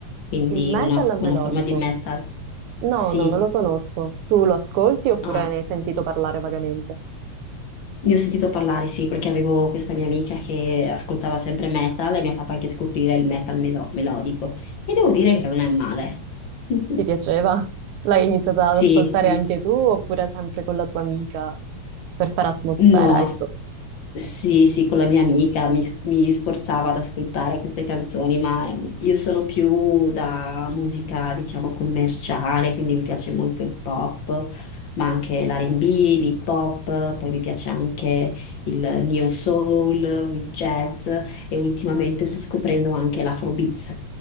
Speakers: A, on the left; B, on the right.
A: quindi
B: Il metal
A: una, una
B: melodico.
A: forma di metal.
B: No,
A: Sì.
B: no, non lo conosco. Tu lo ascolti oppure
A: Ah,
B: ne hai sentito parlare vagamente?
A: Ne ho sentito parlare, sì, perché avevo questa mia amica che ascoltava sempre metal e mi ha fatto anche scoprire il metal melo- melodico. E devo dire che non è male. <laughs>
B: Ti piaceva? L'hai iniziata ad
A: Sì,
B: ascoltare
A: sì.
B: anche tu oppure sempre con la tua amica per fare atmosfera,
A: No,
B: ecco.
A: s- sì, sì, con la mia amica mi, mi sforzava ad ascoltare queste canzoni, ma io sono più da musica, diciamo, commerciale, quindi mi piace molto il pop, ma anche l'R&B, l'hip hop, poi mi piace anche il neo soul, il jazz e ultimamente sto scoprendo anche l'afrobeats,